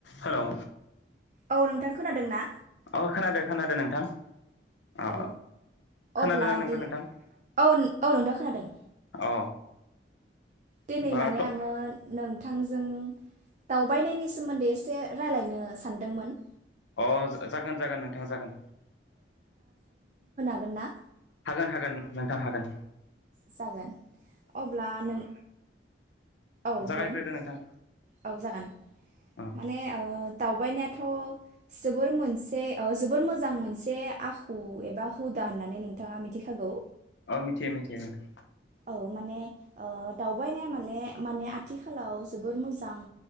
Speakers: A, on the left; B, on the right.
A: हेलौ
B: औ नोंथां खोनादों ना?
A: अ' खोनादों खोनादों नोंथां। अ
B: औ
A: खोनादोंना
B: अब्ला
A: नोंबो
B: दि
A: नोंथां
B: औ औ नोंथां खोनादों।
A: अ होमबाथ'
B: दिनै माने आङो नों थांजों दावबायनायनि सोमोन्दै एसे रायलायनो सानदोंमोन।
A: अ' जागोन जागोन नोंथां जागोन।
B: गोन ना?
A: हागोन हागोन नोंथां हागोन।
B: जागोन। अब्ला नों औ
A: जागायग्रोदो
B: बुं
A: नोंथां
B: औ जागोन
A: अ
B: माने ओ दावबायनाया थ' जोबोर मोनसे ओ जोबोर मोजां मोनसे आखु एबा हुदा होननानै नोंथाङा मिथिखागौ।
A: औ मिथियो मिथियो नोंथां।
B: औ माने ओ दावबायनाया माने माने आथिखालाव जोबोद मोजां।